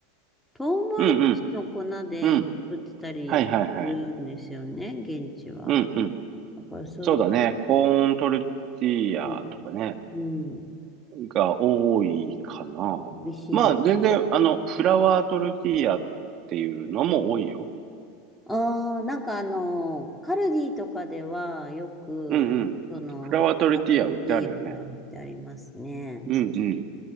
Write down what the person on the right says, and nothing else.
うん、うん、うん。はいはいはい。
うん、うん。
そうだね。コーントルティーヤとかね、
が多いかな。
まあ全然、あの、フラワートルティーヤっていうのも多いよ。
うんうん。
フラワートルティーヤ売ってあるよね。
うんうん。